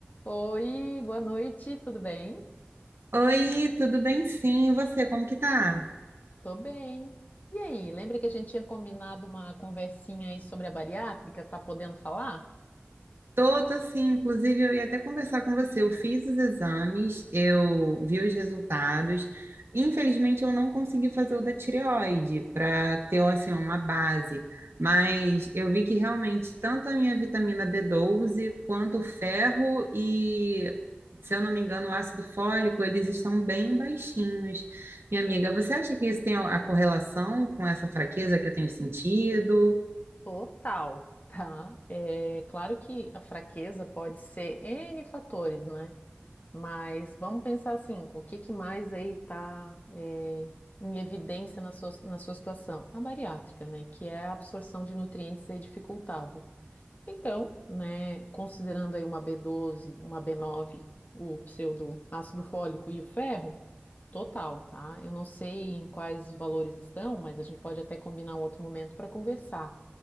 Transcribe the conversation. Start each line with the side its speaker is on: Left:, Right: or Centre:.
Left: Oi, boa noite, tudo bem?
Right: Oi, tudo bem? Sim, e você, como que tá?
Left: Tô bem. E aí, lembra que a gente tinha combinado uma conversinha aí sobre a bariátrica? Tá podendo falar?
Right: Tô, tô sim, inclusive eu ia até conversar com você. Eu fiz os exames, eu vi os resultados. Infelizmente eu não consegui fazer o da tireoide para ter assim uma base, mas eu vi que realmente tanto a minha vitamina b doze quanto o ferro e, se eu não me engano, o ácido fólico, eles estão bem baixinhos. Minha amiga, você acha que isso tem a a correlação com essa fraqueza que eu tenho sentido?
Left: Total, tá? É claro que a fraqueza pode ser N fatores, né? Mas vamos pensar assim, o que que mais aí tá é, em evidência na sua, na sua situação? A bariátrica, né? Que é a absorção de nutrientes aí dificultada. Então, né, considerando aí uma B12, uma B9, o pseudo ácido fólico e o ferro, total, tá? Eu não sei em quais valores estão, mas a gente pode até combinar um outro momento para conversar.